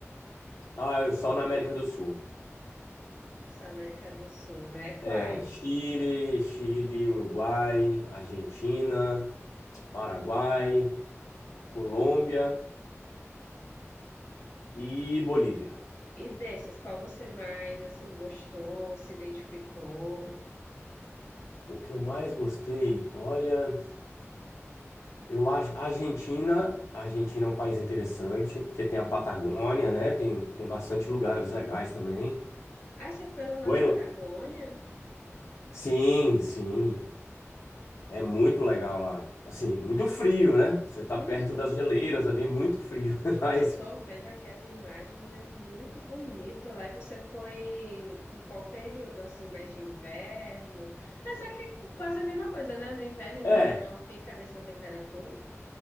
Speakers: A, on the left; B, on the left.
A: Ah, eu só na América do Sul.
B: Essa América do Sul, né? Quais?
A: É Chile, Chile, Uruguai, Argentina, Paraguai, Colômbia e Bolívia.
B: E desses, qual você mais assim gostou, se identificou?
A: O que eu mais gostei, olha, eu acho a Argentina, a Argentina é um país interessante, porque tem
B: Hum.
A: a Patagônia, né? Tem, tem bastante lugares legais também.
B: Aí você foi lá na
A: Bueno,
B: Patagônia?
A: sim, sim, é muito legal lá. Assim, muito frio, né? Você tá
B: Uhum.
A: perto das geleiras ali, muito frio, <laughs>
B: Nossa,
A: mas
B: eu tô vendo aqui as imagens, é muito bonito. Lá você foi em qual período, assim, mais de inverno? Mas é que quase a mesma coisa, né? No inverno e no
A: é,
B: verão fica a mesma temperatura?